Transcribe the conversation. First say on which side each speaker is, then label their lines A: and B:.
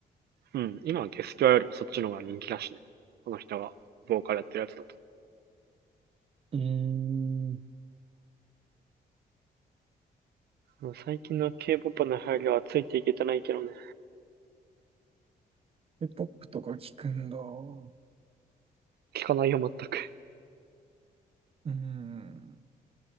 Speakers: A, on the right (about 80°); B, on the right (about 35°).
A: うん。今はゲスキュアよりもそっちの方が人気だしね。この人がボーカルやってるやつだと。
B: えー、
A: もう最近の K-POP の流行りはついていけてないけどね。
B: K-POP とか聞くんだ。う
A: 聞かないよ、全く。
B: ーん、